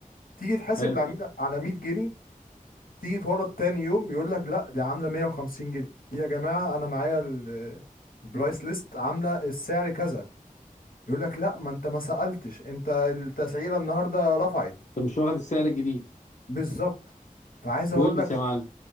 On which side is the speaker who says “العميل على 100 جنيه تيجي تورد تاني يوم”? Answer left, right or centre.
Left